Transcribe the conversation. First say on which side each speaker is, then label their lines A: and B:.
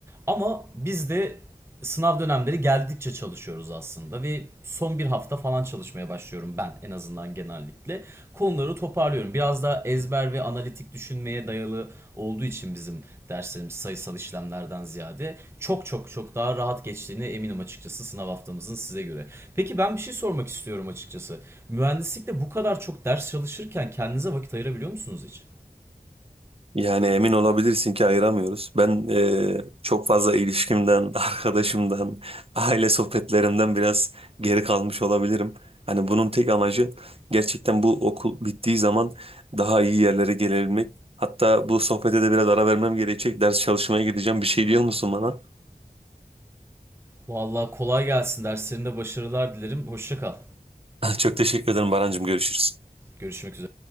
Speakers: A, on the right; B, on the right.
A: Ama biz de sınav dönemleri geldikçe çalışıyoruz aslında ve son bir hafta falan çalışmaya başlıyorum ben en azından genelde konuları toparlıyorum. Biraz daha ezber ve analitik düşünmeye dayalı olduğu için bizim derslerimiz sayısal işlemlerden ziyade çok çok çok daha rahat geçtiğine eminim açıkçası sınav haftamızın size göre. Peki ben bir şey sormak istiyorum açıkçası. Mühendislikte bu kadar çok ders çalışırken kendinize vakit ayırabiliyor musunuz hiç?
B: Yani emin olabilirsin ki ayıramıyoruz. Ben e, çok fazla ilişkimden, <laughs> arkadaşımdan, aile sohbetlerimden biraz geri kalmış olabilirim. Hani bunun tek amacı gerçekten bu okul bittiği zaman daha iyi yerlere gelebilmek. Hatta bu sohbete de biraz ara vermem gerekecek. Ders çalışmaya gideceğim. Bir şey diyor musun bana?
A: Vallahi kolay gelsin. Derslerinde başarılar dilerim. Hoşça kal.
B: <laughs> Çok teşekkür ederim Barancığım. Görüşürüz.
A: Görüşmek üzere.